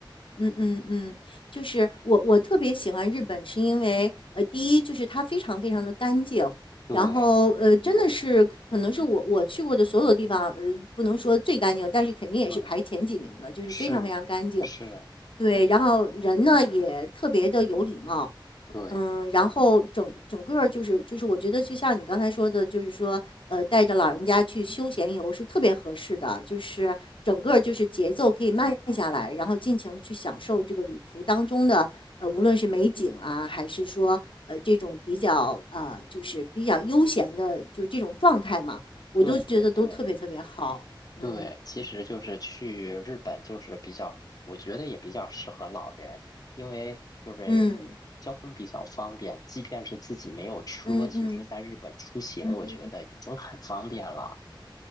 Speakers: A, on the left (about 85°); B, on the left (about 45°).
A: 嗯嗯嗯，就是我我特别喜欢日本，是因为呃，第一就是它非常非常的干净，
B: 对
A: 然后呃，真的是可能是我我去过的所有地方，呃，不能说最干净，但是肯定也是排前几名的，
B: 对，
A: 就是非常非常干净。
B: 是是，
A: 对，然后人呢也特别的有礼貌，
B: 对
A: 嗯，然后整整个儿就是就是，我觉得就像你刚才说的，就是说，呃，带着老人家去休闲游是特别合适的，就是整个儿就是节奏可以慢下来，然后尽情的去享受这个旅途当中的，呃，无论是美景啊，还是说，呃，这种比较呃，就是比较悠闲的，就是这种状态嘛，我都觉得都特别特别好。
B: 对对对。
A: 嗯
B: 对，其实就是去日本，就是比较，我觉得也比较适合老人，因为就是交通比较方便，
A: 嗯
B: 即便是自己没有车，
A: 嗯嗯
B: 其实在日本出行，
A: 嗯嗯
B: 我觉得已经很方便了。